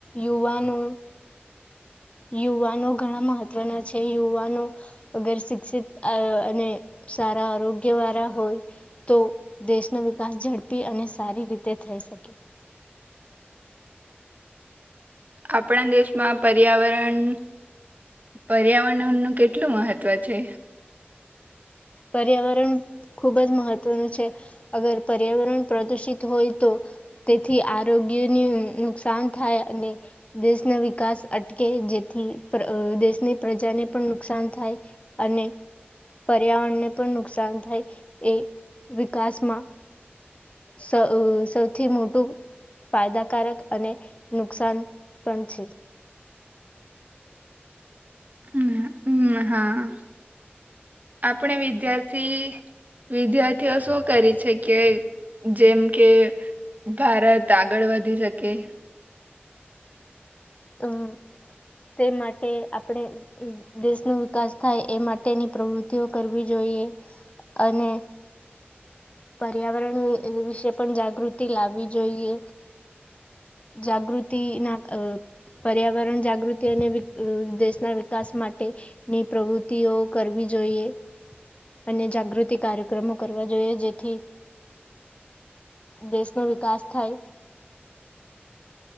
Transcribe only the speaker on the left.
યુવાનો યુવાનો ઘણા મહત્વના છે યુવાનો અગર શિક્ષિત અર અને સારા આરોગ્ય વાળા હોય તો દેશ નો વિકાસ ઝડપી અને સારી રીતે થઈ શકે.
પર્યાવરણ ખુબ જ મહત્વનું છે અગર પર્યાવરણ પ્રદુષિત હોય તો તેથી આરોગ્યને નુકસાન થાય અને દેશના વિકાસ અટકે જેથી પ્ર અ દેશની પ્રજાને પણ નુકસાન થાય અને પર્યાવરણને પણ નુકસાન થાય એ વિકાસમાં સૌ અ સૌથી મોટું ફાયદાકારક અને નુકસાન પણ છે.
અમ તે માટે આપણે દેશનો વિકાસ થાય એ માટેની પ્રવૃતિઓ કરવી જોઈએ અને પર્યાવરણ વિ વિવિશે પણ જાગૃતિ લાવવી જોઈએ જાગૃતિ ના અ પર્યાવરણ જાગૃતિ અને વિ અ દેશના વિકાસ માટેની પ્રવૃત્તિઓ કરવી જોઈએ. અને જાગૃતિ કાર્યક્રમો કરવા જોઈએ જેથી દેશનો વિકાસ થાય.